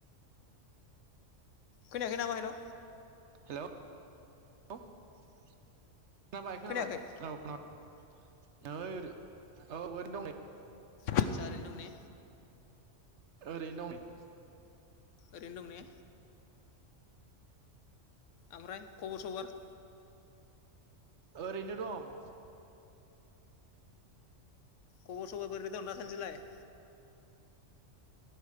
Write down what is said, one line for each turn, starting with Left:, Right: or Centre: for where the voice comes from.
Left: खोनायाखै नामा? हेल'
Right: हेलौ खोनाबाय
Left: खोनायाखै
Right: खोनाबाय औ खोनाब ओइ ओरै औ ओरैनो दं नै।
Left: आतसा ओरै दं ने?
Right: ओरैनो दं नै।
Left: ओरैनो दं ने ओमफ्राय खबर सबर?
Right: ओरैनो दं।
Left: खबर सबर बैरै दं दासानदिलाय?